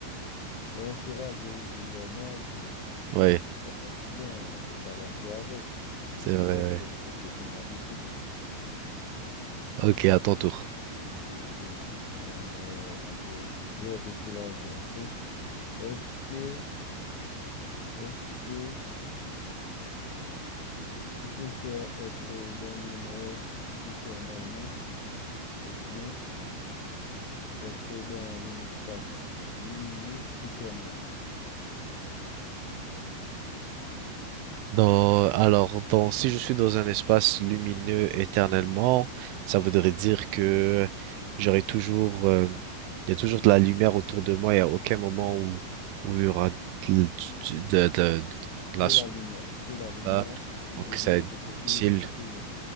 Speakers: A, on the left; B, on the right.
A: et on se rase régulièrement, ce-
B: Ouais,
A: c'est c'est pas fatigant, on ne peut pas lasser avec. Et
B: c'est vrai,
A: on pourrait dire
B: ouais.
A: que c'est une habitude.
B: Ok, à ton tour.
A: Euh, J'ai une question, mais un peu, je vais te soulager un peu. Est-ce que, est-ce que tu préfères être dans le noir éternellement ou bien être dans un espace lumineux éternellement?
B: Dans- alors, dans, si je suis dans un espace lumineux éternellement, ça voudrait dire que j'aurai toujours, euh, il y a toujours de la lumière autour de moi, il n'y a aucun moment où, où il y aura de, de- de- de la...
A: Que
B: s-
A: la lumière, que la lumière
B: là. Donc,
A: est
B: ça
A: de l'autre
B: va être
A: côté
B: difficile
A: que